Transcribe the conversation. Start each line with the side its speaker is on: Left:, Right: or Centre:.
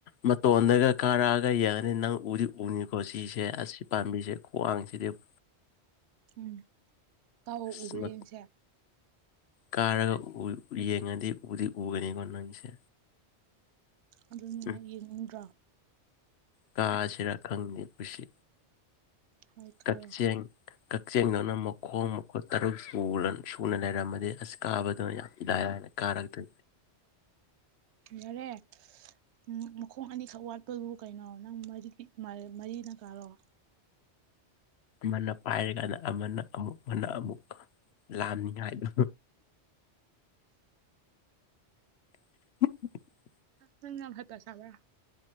Left: ꯃꯇꯣꯟꯗꯒ ꯀꯥꯔꯛꯑꯒ ꯌꯦꯡꯉꯅꯤ ꯅꯪ ꯎꯗꯤ ꯎꯅꯤꯀꯣ ꯁꯤꯁꯦ ꯑꯁꯤ ꯄꯥꯝꯕꯤꯁꯦ ꯈ꯭ꯋꯥꯡꯁꯤꯗꯤ <unintelligible>
Right: ꯎꯝ ꯀꯥꯎ
Left: ꯑꯁ
Right: ꯎꯕ꯭ꯔꯦ
Left: ꯃ
Right: ꯌꯦꯡꯁꯦ
Left: ꯀꯥꯔꯒ ꯌꯦꯡꯉꯗꯤ ꯎꯗꯤ ꯎꯒꯅꯤꯀꯣ ꯅꯪꯁꯦ
Right: ꯑꯗꯨꯅꯦ
Left: ꯎꯝ
Right: ꯌꯦꯡꯅꯤꯡꯇꯔ꯭ꯣ
Left: ꯀꯥꯁꯤꯔꯥ ꯈꯪꯅꯤ ꯄꯨꯁꯤ
Right: ꯍꯣꯏ ꯀꯥꯔꯣ
Left: ꯀꯛꯆꯦꯡ ꯀꯛꯆꯦꯡꯗꯧꯅ ꯃꯈꯣꯡ ꯃꯈꯨꯠ ꯇꯔꯨꯛ ꯁꯨꯅ ꯂꯩꯔꯝꯃꯗꯤ ꯑꯁ ꯀꯥꯕꯗꯨꯅ ꯌꯥꯝ ꯅꯥꯏ ꯍꯥꯏꯔꯦ ꯀꯔꯝꯗꯤ
Right: ꯌꯥꯔꯦ ꯎ ꯃꯈꯣꯡ ꯑꯅꯤꯈꯛ ꯋꯥꯠꯄꯗꯨꯕꯨ ꯀꯩꯅꯣ ꯅꯪ ꯃꯔꯤ ꯃꯔꯤꯅ ꯀꯥꯔꯣ
Left: ꯑꯃꯅ ꯄꯥꯏꯔꯀꯥꯟꯗ ꯑꯃꯅ ꯑꯃꯨꯛ ꯑꯃꯅ ꯑꯃꯨꯛ ꯂꯥꯅꯤꯉꯥꯏꯗꯣ <unintelligible>
Right: ꯅꯪ ꯌꯥꯝ ꯍꯩꯄꯥ ꯁꯥꯕ꯭ꯔ